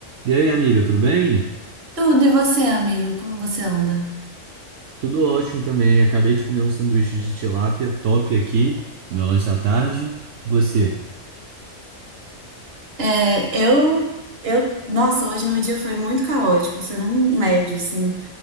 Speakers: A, on the right; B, on the right.
A: E aí, amiga, tudo bem?
B: Tudo, e você, amigo? Como você anda?
A: Tudo ótimo também. Acabei de comer um sanduíche de tilápia top aqui no meu lanche da tarde. Você?
B: É, eu, eu, nossa, hoje meu dia foi muito caótico, você não mede, assim.